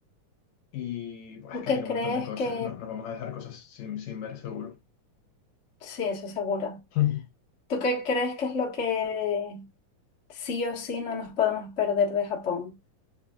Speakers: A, on the left; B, on the left.
A: Y pues
B: ¿Tú
A: es que
B: qué
A: tiene
B: crees
A: un montón de cosas.
B: que...
A: No, nos vamos a dejar cosas sin, sin ver seguro.
B: Sí, eso seguro.
A: <laughs>
B: ¿Tú qué crees que es lo que sí o sí no nos podemos perder de Japón?